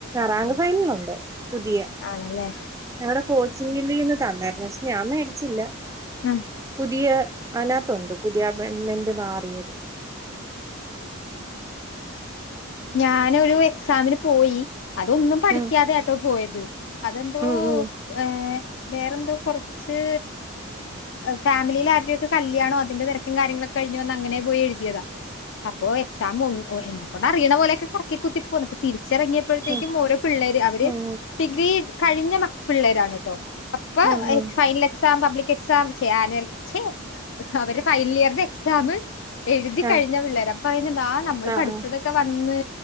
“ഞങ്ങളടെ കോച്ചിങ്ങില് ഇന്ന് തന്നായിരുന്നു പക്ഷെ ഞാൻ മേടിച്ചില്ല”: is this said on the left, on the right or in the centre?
Right